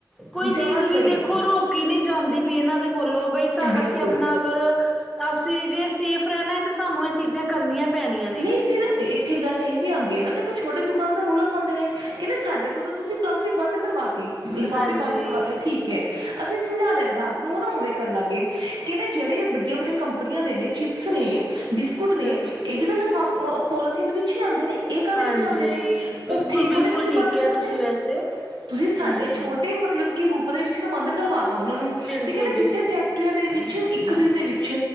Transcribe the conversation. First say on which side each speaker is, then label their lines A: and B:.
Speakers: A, in the centre; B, on the right (about 85°).
A: ਕੋਈ
B: ਜਮਾਂ
A: ਚੀਜ਼ ਵੀ
B: ਸਹੀ
A: ਦੇਖੋ ਰੋ ਕੀ ਨਹੀ ਜਾਂਦੀ ਵੀ, ਇਹਨਾਂ ਦੇ ਕੋਲੋਂ ਬਈ
B: ਬਿਲਕੁਲ
A: ਅਸੀਂ ਆਪਣਾ ਅਗਰ ਤੁਸੀਂ ਜੇ ਸੇਫ ਰਹਿਣਾ ਏ ਤੇ ਸਾਨੂੰ ਇਹ ਚੀਜ਼ਾਂ ਕਰਨੀਆ ਪੈਣੀਆ ਨੇ।
B: ਨਹੀਂ ਫਿਰ ਇੱਥੇ ਗੱਲ ਇਹ ਵੀ ਆਦੀ ਏ ਨਾ ਦੇਖੋ ਛੋਟੇ ਦੁਕਾਨਦਾਰ ਰੌਲਾ ਪਾਦੇ ਨੇ ਕਹਿੰਦੇ ਸਾਡੇ ਤੋਂ ਤੁਸੀ ਪਲਾਸਟਿਕ ਬੰਦ ਕਰਵਾਤੀ ਲਿਫਾਫੇ
A: ਹਾਂਜੀ
B: ਬੰਦ ਕਰਵਾਤੇ ਠੀਕ ਏ, ਅਸੀਂ ਸਮਝਾ ਲਿਆ ਗਾਹਕ ਨੂੰ ਹਨਾ ਵੇ ਵੀ ਕਰਨ ਲਾਗੇ ਕਹਿੰਦੇ ਜਿਹੜੇ ਵੱਡੀਆਂ-ਵੱਡੀਆਂ ਕੰਪਨੀਆ ਦੇ ਨੇ ਚਿਪਸ ਨੇ ਬ ਕੁੁੱਟ ਨੇ
A: ਹਾਂਜੀ
B: ਇਹ ਵੀ ਤਾਂ ਲਿਫਾਫ ਪੋਲੀਥੀਨ ਵਿੱਚ ਹੀ ਆਦੇ ਨੇ। ਇਹ ਕਾਹਦੇ
A: ਹਾਂਜੀ
B: ਵਿੱਚ ਆਦੇ ਨੇ
A: ਬਿਲਕੁਲ
B: ਉੱਥੇ
A: ਬਿਲਕੁਲ
B: ਕਿਉਂ ਨੀ ਤੁਸੀਂ
A: ਠੀਕ
B: ਬੰਦ
A: ਹੈ
B: ਕਰਦੇ।
A: ਤੁਸੀਂ ਵੈਸੇ
B: ਤੁਸੀਂ
A: ਹੂੰ
B: ਸਾਡੇ ਛੋਟੇ ਮਤਲਬ ਕਿ ਰੂਪ ਦੇ ਵਿੱਚ ਬੰਦ ਕਰਵਾ ਤਾਂ ਉਹਨਾ ਨੂੰ
A: ਬਿਲਕੁਲ
B: ਤੇ ਕਹਿੰਦੇ
A: ਬਿਲਕੁਲ
B: ਜਿੱਥੇ ਫੈਕ ਫੈਕਟਰੀਆਂ ਦੇ ਵਿੱਚ ਇੱਕ ਦਿਨ ਦੇ ਵਿੱਚ